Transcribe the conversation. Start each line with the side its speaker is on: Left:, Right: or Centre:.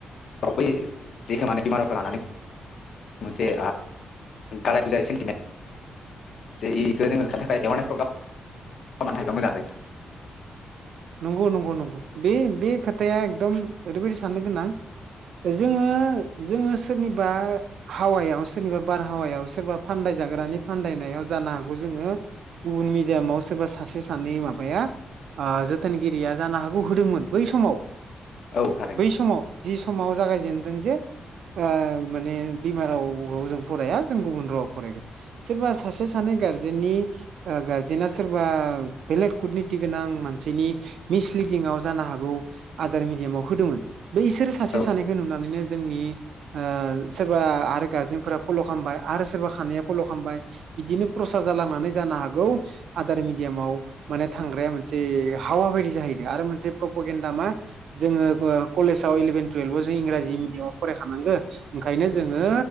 Left: बै जेखो माने बिमा रावखौ लानानै मोनसे गालाय बुजाय सेन्टिमेन्ट जे इखौ जोंङो होनो थाखाय एवारनेस प्रग्राम खालामनो हायोबा मोजां जायो नोंथां
Right: नंगौ नंगौ नंगौ बे बे खोथाया एकदम ओरैबायदि साननो गोनां जोङो जोङो सोरनिबा हावायाव सोरनिबा बारहावायाव सोरबा फानदाय जाग्रानि फानदायनायाव जानो हागौ जोङो गुबुन मिडियामाव सोरबा सासे सानै माबाया ओ जोथ बोथोनगिरिया जानो हागौ होदोंमोन बै समाव
Left: नोंथां औ थारैनो
Right: बै समाव जि समाव जागाय जेनदों जे ओ माने बिमा राव जों फराया जों गुबुन रावाव फरायगोन सोरबा सासे सानै गारजेननि ओ गारजेना सोरबा बेलेग कुुरनितनि गोनां मानसि बेनि मिसलिडिंआव जानो हागौ आदार मिडियामाव होदोंमोन बेैसोर सासे
Left: औ
Right: सानैखौ नुनानैनो जोंनि औ सोरबा आरो गारजेनफोरा फल' खालामबाय आरो सोरबा खानैया फल' खालामबाय बिदिनो प्रसाद जालांनानै जानो हागौ आदार मिडियामाव माने थांग्राया मोनसे हावा बायदि जाहैदों आरो मोनसे प्रप'गेन्न्दा मा जोङो ओ कलेजाव इलेभेन टुयेल्भाव जों इंराजि मिडियामाव फरायखानांगो ओंखायनो जोङो